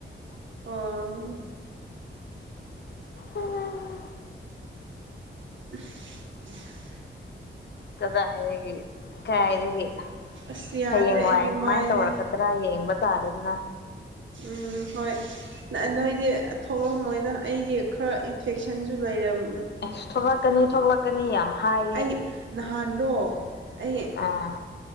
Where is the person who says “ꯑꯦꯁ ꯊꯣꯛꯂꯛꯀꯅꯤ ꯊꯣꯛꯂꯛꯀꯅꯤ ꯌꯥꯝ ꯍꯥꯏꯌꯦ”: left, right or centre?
Left